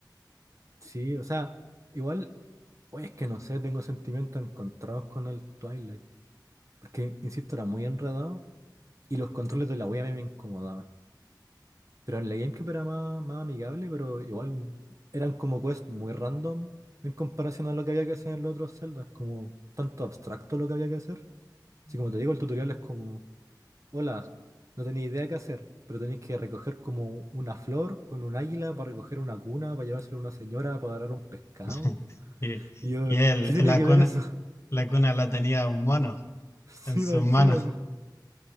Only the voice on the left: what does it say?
<laughs> Y,
y el,
la
cuna,
la cuna la tenía un mono
en sus
manos.